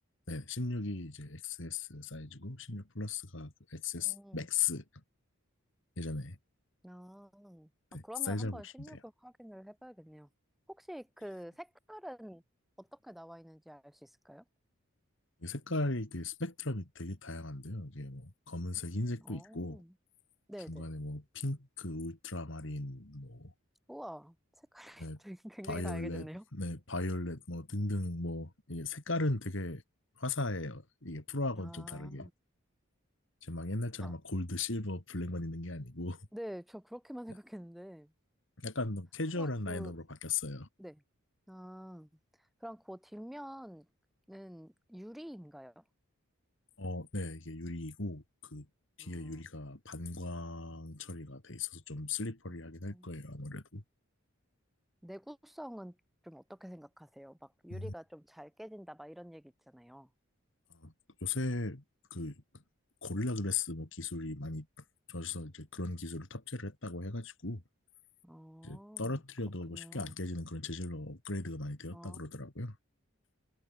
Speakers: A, on the left (about 60°); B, in the centre.
A: 네, 16이 이제 XS 사이즈고 16 플러스가 그 XS
B: 음,
A: 맥스 예전에
B: 아, 아,
A: 네,
B: 그러면
A: 그 사이즈라고
B: 한번
A: 보시면
B: 16을
A: 돼요.
B: 확인을 해봐야겠네요. 혹시 그 색깔은 어떻게 나와 있는지 알 수 있을까요?
A: 이 색깔이 그 스펙트럼이 되게 다양한데요. 이게 뭐 검은색, 흰색도
B: 어,
A: 있고
B: 네네.
A: 중간에 뭐 핑크, 울트라마린, 뭐
B: 우와, 색깔이
A: 네,
B: <laughs> 되게 굉장히
A: 바이올렛,
B: 다양해졌네요.
A: 네, 바이올렛 뭐 등등 뭐 이게 색깔은 되게 화사해요. 이게 프로하고는
B: 아,
A: 좀 다르게 이제 막 옛날처럼
B: 아,
A: 막 골드, 실버, 블랙만 있는 게 아니고
B: 네, 저 그렇게만 생각했는데.
A: <laughs> 약간 좀 캐주얼한
B: 그럼 그,
A: 라인업으로 바뀌었어요.
B: 네. 아, 그럼 그 뒷면은 유리인가요?
A: 어, 네, 이게 유리이고, 그 뒤에
B: 아,
A: 유리가 반광 처리가 돼 있어서 좀 슬리퍼리하긴
B: 음.
A: 할 거예요, 아무래도.
B: 내구성은 좀 어떻게 생각하세요? 막 유리가
A: 음,
B: 좀 잘 깨진다, 막 이런 얘기 있잖아요.
A: 아, 요새 그 고릴라 글래스 뭐 기술이 많이 좋아져서 이제 그런 기술을 탑재를 했다고 해가지고,
B: 아,
A: 이제 떨어뜨려도
B: 그렇군요.
A: 뭐 쉽게 안 깨지는 그런 재질로 업그레이드가 많이 되었다
B: 아,
A: 그러더라고요.